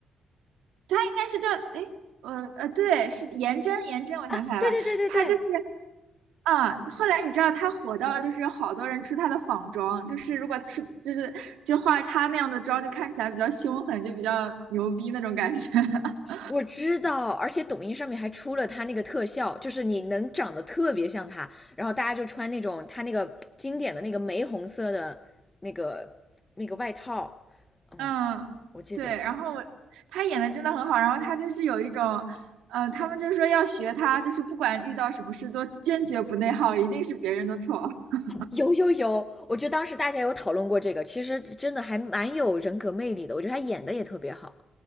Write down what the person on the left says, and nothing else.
啊？对对对对对，
我知道，而且抖音上面还出了他那个特效，就是你能长得特别像他，然后大家就穿那种他那个经典的那个玫红色的那个那个外套，嗯，
我记得
有有有，我觉得当时大家有讨论过这个，其实真的还蛮有人格魅力的，我觉得他演的也特别好，